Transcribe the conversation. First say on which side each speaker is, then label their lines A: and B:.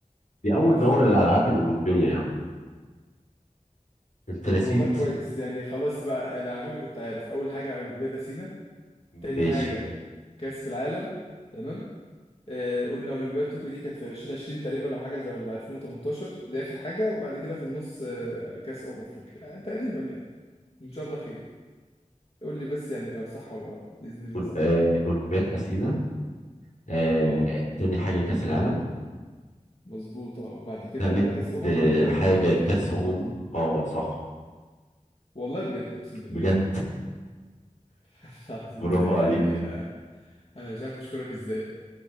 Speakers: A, on the left; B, on the left.
A: دي أول
B: ما أعرفش
A: دور
B: بجد
A: الألعاب الأولمبية يا عم أنت
B: طب
A: نسيت
B: والله كويس يعني خلاص بقى أنا على فكرة كنت عارف أول حاجة أولمبياد أثينا تاني
A: ماشي
B: حاجة كأس العالم تمام آه قلنا أولمبياد طوكيو دي كانت في 2020 تقريبا أو حاجة زي ولا 2018 دي آخر حاجة وبعد كده في النص آه كأس أمم أفريقيا آه تقريبا يعني إن شاء الله خير قول لي بس يعني لو صح ولا غلط بإذن الله
A: أول-
B: صح
A: آه، أولمبياد أثينا آه،
B: أه
A: تاني حاجة كأس العالم
B: مظبوط أه بعد كده
A: تالت
B: كأس أمم
A: آه،
B: بعد كده
A: حاجة
B: أولمبياد طوكيو
A: كأس أمم اه صح
B: والله بجد أقسم بالله
A: بجد
B: <laughs> العظيم
A: برافو
B: انت
A: عليك
B: يعني انا انا مش عارف اشكرك ازاي